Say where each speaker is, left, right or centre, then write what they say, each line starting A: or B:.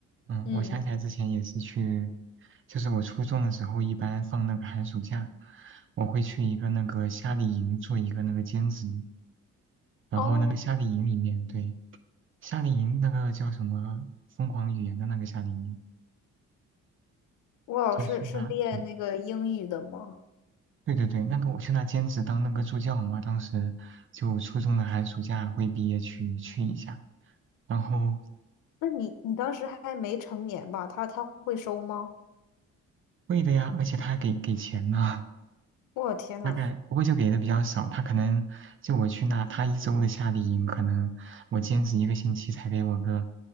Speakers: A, on the right; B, on the left.
A: 嗯，
B: 嗯，
A: 我想起来之前也是去，就是我初中的时候，一般放那个寒暑假，我会去一个那个夏令营做一个那个兼职，然后那个夏令营里面，
B: 哦，
A: 对，夏令营那个叫什么疯狂语言的那个夏令营，
B: 我老师是练那个英语的吗？
A: 就去那，对对对对，那个我去那兼职当那个助教嘛，当时就初中的寒暑假会毕业去去一下，然后
B: 那你你当时还没成年吧？他他会收吗？
A: 会的呀，而且他还给给钱呢。
B: 我天呐，
A: 大概不过就给的比较少，他可能就我去那，他一周的夏令营，可能我兼职一个星期才给我个